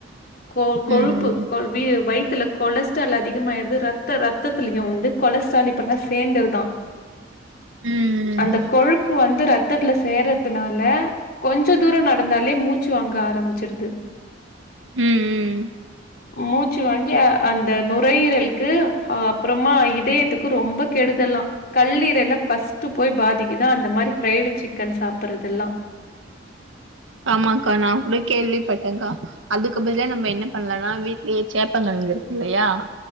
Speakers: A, on the left; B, on the right.
A: கொ கொழுப்பு
B: ம்.
A: கொழு வி வய்த்துல கொலஸ்ட்ரால் அதிகமாய்டுது ரத்த ரத்தத்லயு வந்து கொலஸ்ட்ரால் இப் ப்பெல்லா சேர்ந்ததுதா
B: ம்.
A: அந்த கொழுப்பு வந்து ரத்தத்துல சேர துனால கொஞ்ச தூரோ நடந்தாலே மூச்சு வாங்க ஆரம்பிச்சுடுது
B: ம்.
A: மூச்சு வாங்கி அ அந்த நுரையீரலுக்கு ஹா அப்பறமா இதயத்துக்கு ரொம்ப கெடுதல்லா கல்லீரல ஃபஸ்ட்டு போய் பாதிக்குதா அந்த மாரி ஃப்ரைடு சிக்கன் சாப்புடுறதெல்லா
B: ஆமாங்க்கா நா கூட கேள்விப்பட்டேக்கா அதுக்கு பதிலா நம்ம என்ன பண்லானா வீட்லயே சேப்பங்கெழங்கு இருக் குல்லையா